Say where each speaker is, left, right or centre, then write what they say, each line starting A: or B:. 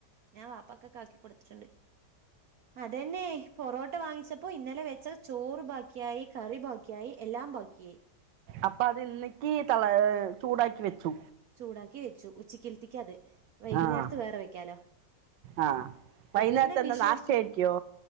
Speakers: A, on the right; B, on the right.
A: ഞാൻ വാപ്പക്കക്ക ആക്കി കൊടുത്തിട്ടുണ്ട് അതന്നെ പൊറോട്ട വാങ്ങിച്ചപ്പോ ഇന്നലെ വെച്ച ചോറ് ബാക്കിയായി കറി ബാക്കിയായി എല്ലാം ബാക്കിയായി
B: അപ്പൊ അത് ഇന്നക്കി തെള ചൂടാക്കി വെച്ചു
A: ചൂടാക്കി വെച്ചു ഉച്ചക്കിൽത്തിക്ക് അത് വൈകുന്നേരത്ത്
B: ആഹ്
A: വേറെ വെക്കാലോ
B: ആഹ് വൈകുന്നേരത്തെ
A: ഇവരന്നാ
B: എന്താ
A: വിശ്വസി
B: നാഷ്ടയായിരിക്കോ